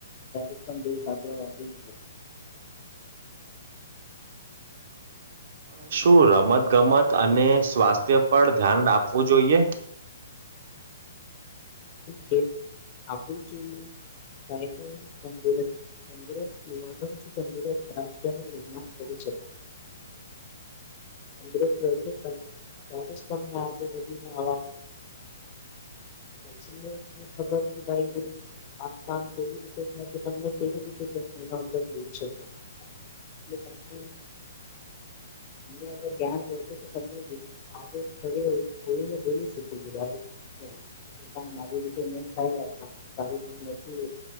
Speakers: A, on the left; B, on the right.
A: ક્યારેક પણ દેશ હ દિન
B: <inaudible> અ શું રમતગમત અને સ્વાસ્થ્ય પર ધ્યાન આપવું જોઈએ?
A: હહ આપવું જ જોઈએ. કારણ કે તંદુરસ્ત તંદુરસ્ત યુવાનો જ તંદુરસ્ત રાષ્ટ્રનું નિર્માણ કરે
B: <inaudible>
A: છે. તંદુરસ્ત રહેશે ત્યારે જ તમને આગળ વધીને આવા દે તમને ખબર છે ભાઈ આ કામ કેવી રીતે થાય છે તમને કેવી રીતે તે એના ઉપર બોલી શકે એટલે તમને તમને અગર ધ્યાન રહેશે તો તમને આજે ખોલીને બોલી શક ભાઈ આ કામ આવી રીતે નહીં થાય આ કામ નથી